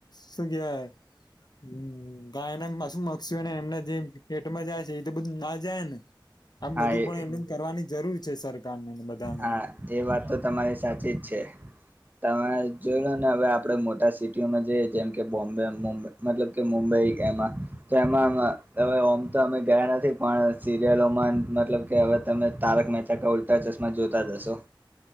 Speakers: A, on the left; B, on the right.
A: શું કેવાય હ ગાય <unintelligible> એમના જે પેટમાં જાય છે એ તો બધું ના જાય ને. આમ બધું
B: હા એ
A: પણ એમ કરવાની જરૂર છે સરકાર ને બધા નું
B: હા એ વાત તો તમારી સાચી જ છે. તમે જોઈ લો ને હવે આપણેે મોટા સિટીઓમાં જઈએ જેમ કે બોમ્બે મુંબઈ મતલબ કે મુંબઈ એમાં તો એમાં હવે ઓમ તો અમે ગયા નથી પણ સિરિલોમાં મતલબ કે હવે તમે તારક મહેતા કા ઉલટા ચશ્મા જોતા જ હશો.